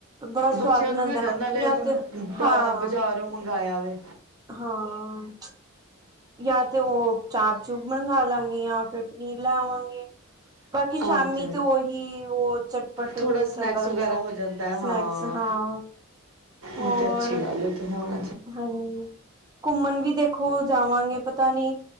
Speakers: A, on the right; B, on the right.
A: ਬੜਾ ਸਵਾਦ
B: ਬੱਚਿਆਂ
A: ਬਣਾਉਂਦਾ
B: ਨੂੰ ਵੀ ਰ ਨਾਲੇ
A: ਜਾਂ
B: ਅੱਜ
A: ਤੇ
B: ਬਾਜ਼ਾਰ
A: ਹਾਂ
B: ਮੰਗਇਆ ਵ
A: ਹਾਂ ਜਾਂ ਤੇ ਉਹ ਚਾਪ ਚੂਬ ਮੰਗਾ ਲਾਂਗੇ ਜਾਂ ਫਿਰ ਪਨੀਰ ਲੈਵਾਂਗੇ। ਬਾਕੀ ਸ਼ਾਮੀ
B: ਅੱਜ
A: ਤੇ ਉਹੀ ਉਹ ਚਟਪਟ
B: ਥੋੜਾ ਸਨੈਕਸ
A: ਚੱਲਦਾ ਰਹਿੰਦਾ
B: ਵਗੈਰਾ
A: ਹੈ।
B: ਹੋ ਜਾਂਦਾ ਹਾਂ
A: ਸਨੈਕਸ ਹਾਂ ਹੋਰ
B: ਉਹ ਤੇ ਅੱਛੀ ਗੱਲ ਤੇ ਹੁਣ
A: ਹਾਂਜੀ ਘੁੰਮਣ ਵੀ ਦੇਖੋ ਜਾਵਾਂਗੇ ਪਤਾ ਨੀ